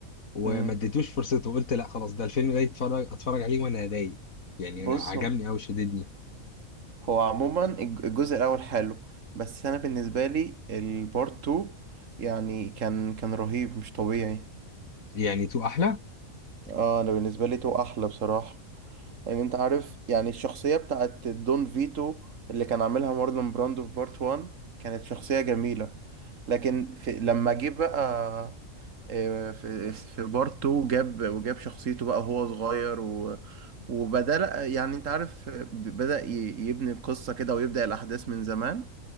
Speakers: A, on the left (about 75°); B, on the right (about 65°).
A: وما
B: اه
A: اديتوش فرصته وقلت لا خلاص ده الفيلم ده يتفرج اتفرج عليه وانا رايق يعني
B: بص
A: انا عجبني قوي شددني
B: هو عموما الج- الجزء الاول حلو بس انا بالنسبه لي البارت 2 يعني كان كان رهيب مش طبيعي
A: يعني تو احلى
B: اه انا بالنسبه لي 2 احلى بصراحه يعني انت عارف يعني الشخصيه بتاعت دون فيتو اللي كان عاملها مارلون براندو في بارت 1 كانت شخصيه جميله لكن في لما جه بقى آه، في في بارت 2 جاب وجاب شخصيته بقى وهو صغير و وبدأ يعني انت عارف بدأ ي- يبني القصة كده ويبدأ الأحداث من زمان